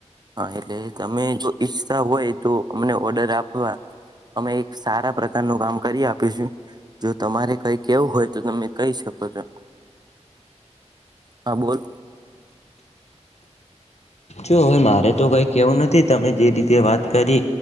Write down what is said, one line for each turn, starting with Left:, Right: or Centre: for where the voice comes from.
Right: હા એટલે તમે જો ઈચ્છ હોય તો અમને ઓર્ડર આપવા અમે એક સારા પ્રકારનું કામ કરી આપીશું જો તમારે કઈ કેવું હોય તો તમે કહી શકો છો હા બોલ
Left: જો હવે મારે તો કઈ કેવું નથી તમે જે રીતે વાત કરી